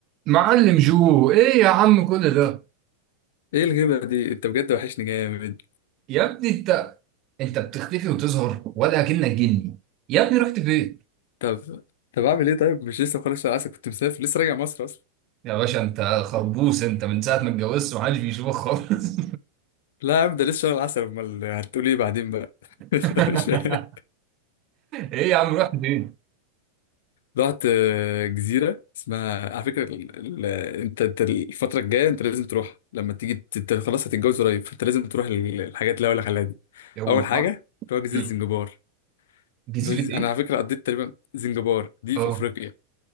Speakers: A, on the right; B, on the left.
A: معلم جو ايه يا عم كل ده
B: ايه الغيبة دي انت بجد وحشني جامد
A: يا ابني انت انت بتختفي وتظهر ولا كأنك جني يا ابني رحت فين
B: طب طب اعمل ايه طيب مش لسه مخلص شهر العسل كنت مسافر لسه راجع مصر اصلا
A: يا باشا انت خربوس انت من ساعة ما اتجوزت محدش بيشوفك خالص
B: لا يا عم ده لسه شهر العسل امال هتقول ايه بعدين بقى <laughs>
A: <laughs>
B: مش فاهم.
A: ايه يا عم رحت فين
B: رحت آه، جزيرة اسمها على فكرة ال... ال... انت انت الفترة الجاية انت لازم تروح لما تيجي ت- انت خلاص هتتجوز قريب فانت لازم تروح ال- الحاجات اللي هقول لك عليها دي
A: يا هو
B: اول حاجة
A: ها؟
B: اللي هو جزيرة
A: مم.
B: زنجبار
A: جزيرة
B: اللي هو جز-
A: ايه
B: انا على فكرة قضيت تقريبا زنجبار دي
A: اه
B: في افريقيا